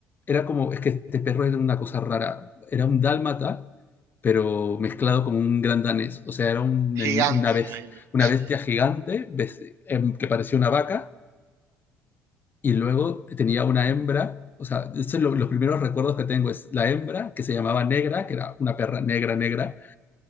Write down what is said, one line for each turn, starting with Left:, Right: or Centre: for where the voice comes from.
Left: era como, es que este perro era una cosa rara, era un dálmata, pero mezclado con un gran danés, o sea, era un-
Right: gigante,
Left: una, bes-
Right: me imagino.
Left: una
Right: sí.
Left: bestia gigante bes- em, que parecía una vaca y luego tenía una hembra, o sea, estos son lo- los primeros recuerdos que tengo, es la hembra que se llamaba Negra, que era una perra negra, negra,